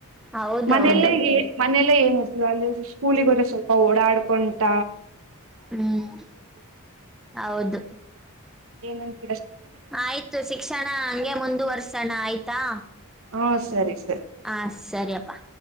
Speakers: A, in the centre; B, on the right.
A: ಹೌದೌದು
B: ಮನೆಲ್ಲೆ ಎ ಮನೆಲ್ಲೇ ಏನ್ <inaudible> ಸ್ಕೂಲಿಗ್ ಹೋದ್ರೆ ಸ್ವಲ್ಪ ಓಡಾಡ್ಕೊಂಟ
A: ಹ್ಮ್ ಹೌದು
B: ಏನಂತ್
A: ಆಯ್ತು ಶಿಕ್ಷಣ ಹಂಗೆ ಮುಂದುವರ್ಸಣ ಆಯ್ತಾ?
B: ಹಾ ಸರಿ ಸರಿ
A: ಹಾ ಸರಿಯಪ್ಪಾ